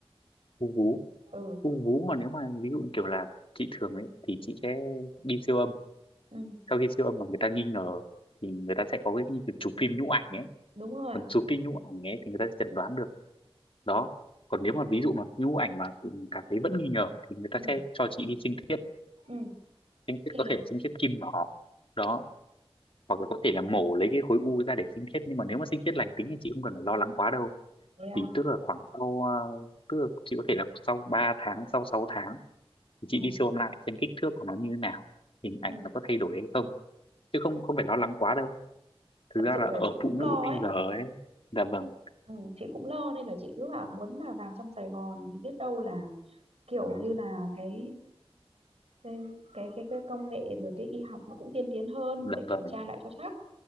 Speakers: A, on the left; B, on the right.
A: u vú
B: ừ,
A: u vú mà nếu mà ví dụ như kiểu là chị thường ấy thì chị sẽ đi siêu âm
B: ừ
A: sau khi siêu âm mà người ta nghi ngờ thì người ta sẽ có cái như kiểu chụp phim nhũ ảnh ấy
B: đúng rồi
A: còn chụp phim nhũ ảnh ấy thì người ta sẽ chẩn đoán được đó còn nếu mà ví dụ mà nhũ ảnh mà ừ, cảm thấy vẫn nghi ngờ thì người ta
B: ừ,
A: sẽ cho chị đi sinh thiết
B: ừ.
A: sinh thiết
B: thì
A: có thể là sinh thiết kim nhỏ đó hoặc là có thể là mổ lấy cái khối u ra để sinh thiết nhưng mà nếu mà sinh thiết lành tính thì chị không cần phải lo lắng quá đâu
B: thế à?
A: thì tức là khoảng sau ờ, tức là chị có thể là sau 3 tháng sau 6 tháng thì
B: ừ,
A: chị đi siêu âm lại xem kích thước của nó như thế nào hình ảnh
B: ừ.
A: nó có thay đổi hay không chứ không không phải lo lắng quá đâu
B: thật
A: thực ra
B: sự
A: là
B: là
A: ở
B: chị cũng
A: phụ
B: lo
A: nữ bây
B: ấy
A: giờ ấy dạ vâng
B: ừ, chị cũng lo nên là chị cứ bảo muốn là vào trong Sài Gòn thì biết đâu là kiểu như là cái cái cái cái, cái công nghệ rồi cái y học nó cũng tiên tiến hơn
A: dạ
B: để kiểm
A: vâng
B: tra lại cho chắc